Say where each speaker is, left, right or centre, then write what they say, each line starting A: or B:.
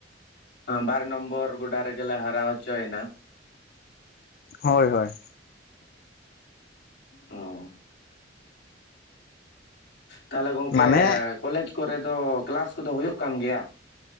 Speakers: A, on the left; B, on the left.
A: ᱵᱟᱨ ᱱᱚᱢᱵᱚᱨ ᱜᱚᱰᱟ ᱨᱮᱜᱮ ᱞᱮ ᱦᱟᱨᱟᱣ ᱦᱚᱪᱚᱭᱮᱱᱟ᱾
B: ᱦᱳᱭ ᱦᱳᱭ᱾
A: ᱚᱻ᱾ ᱛᱟᱦᱞᱮ ᱜᱚᱝᱠᱮ
B: ᱢᱟᱱᱮ
A: ᱠᱚᱞᱮᱡᱽ ᱠᱚᱨᱮ ᱫᱚ ᱠᱮᱞᱟᱥ ᱠᱚᱫᱚ ᱦᱩᱭᱩᱜ ᱠᱟᱱ ᱜᱮᱭᱟ?